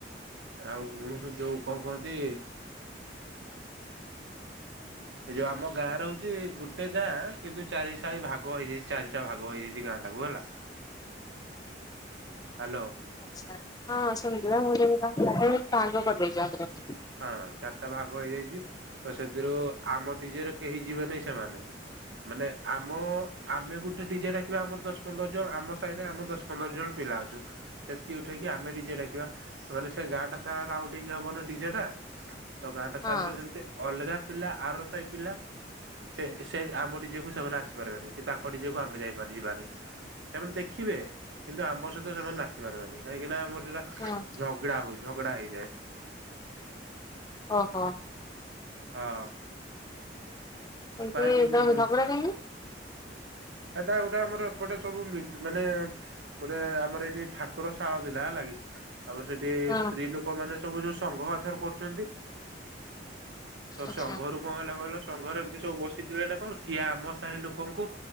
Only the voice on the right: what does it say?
ଆଉ ଯୋଉ କଣ କୁହନ୍ତି। ଏ ଯୋଉ ଆମ ଗାଁ ର ହଉଛି ଗୋଟେ ଗାଁ। କିନ୍ତୁ ଚାରି ସାହି ଭାଗ ହେଇଯାଇଛି ଚାରିଟା ଭାଗ ହେଇଯାଇଛି ଗାଁ ଟା କୁ ହେଲା। ହାଲୋ।
ହଁ ଚାରିଟା ଭାଗ ହେଇଯାଇଛି ତ ସେଥିରୁ ଆମ ଡି ଜେ ରେ କେହି ଯିବେନି ସେମାନେ। ମାନେ ଆମ ଆମେ ଗୋଟେ ଡି ଜେ ଡାକିବା ଆମର ଦଶ, ପନ୍ଦର ଜଣ ଆମ ସାହିରେ ଆମ ଦଶ। ପନ୍ଦର ଜଣ ପିଲା ଅଛୁ। ସେତିକି ଉଠେଇକି ଆମେ ଡି ଯେ ଡାକିବା ମାନେ ସେ ଗାଁ ଟା ସାରା ରାଉଣ୍ଡିଙ୍ଗ ହବ ନା ଡ଼ି ଯେ ଟା ତ ଗାଁଟା
ସାରାର ଯେମିତି ଅଲଗା ପିଲା ଆର ସେହି ପିଲା। ସେ ସେ ଆମ ଡି ଜେ କୁ ସେମାନେ ଆସିପାରିବେନି କି ତାଙ୍କ ଡି ଜେ କୁ ଆମେ ଯାଇପାରି ଯିବାନି। ସେମାନେ ଦେଖିବେ କିନ୍ତୁ ଆମ ସହିତ ସେମାନେ ନାଚିପାରିବେନି କାହିଁକି ନା ଆମର ସେଟା।
ଝଗଡା ହଉ ଝଗଡା ହେଇଯାଏ।
ହଁ।
କାହିଁକି
ଯେ
ଏଟା ଗୋଟେ ଆମର ଏପଟେ ସବୁ ମି ମାନେ। ଗୋଟେ ଆମର ଏଇଠି ଠାକୁର ଶାଳ ଥିଲା ହେଲା କିି ତାପରେ ସେ ଏ
ସ୍ତ୍ରୀ ଲୋକମାନେ ସବୁ ଯୋଉ ସଂଘ ଏଥର କରୁଛନ୍ତି। ତ
ସଂଘରୁ। କଣ ହେଲା କହିଲ ସଂଙ୍ଘରେ ଏମୀତି ସବୁ ବସିଥିଲେ ନା କଣ କିଏ ଆମ ସାହି ଲୋକଙ୍କୁ।